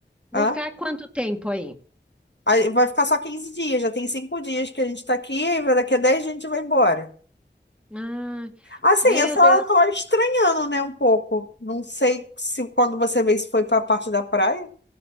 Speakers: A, in the centre; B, on the left (about 70°).
A: vão
B: hã?
A: ficar quanto tempo aí?
B: Aí vai ficar só 15 dias, já tem cinco dias que a gente tá aqui, vai- daqui a 10 a gente vai embora.
A: Ah,
B: Assim,
A: meu
B: eu só
A: Deus!
B: tô estranhando, né, um pouco. Não sei se quando você vê se foi pra parte da praia.